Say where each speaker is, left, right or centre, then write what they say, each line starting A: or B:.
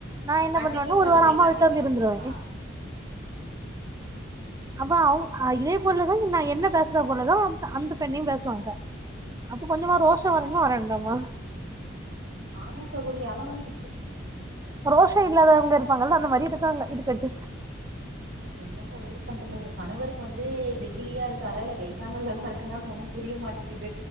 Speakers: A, on the right; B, on the right.
A: நா என்ன
B: கண்டிப்பா
A: பண்ணுவேன்னா
B: சகோதரி
A: ஒரு வாரம் அம்மா
B: கண்டிப்பா
A: வீட்ல வந்து இருந்துருவே
B: கண்டிப்பா
A: அவ்வ அவுங் அ இதே போலத நா என்ன பேசுற போலதா அந் அந்த பெண்ணையு பேசுவாங்க அப்போ கொஞ்சமா ரோஷம் வரன்னுமா வரண்டாமா
B: ஆமா சகோதரி ஆன வந் இப்ரு
A: ரோஷா இல்லாதவங்க இருப்பாங்கல்ல அந்த மாரி இருக்காங்க இருக்கட்டு
B: என் என்ன சகோதரி பண்றது உங்க கணவருக்கு வந்து வெகுலியா இருக்காரா இல்ல வெய்க்கானல்லமா இருக்காற ஒண்ணும் புரிய மாட் <unintelligible>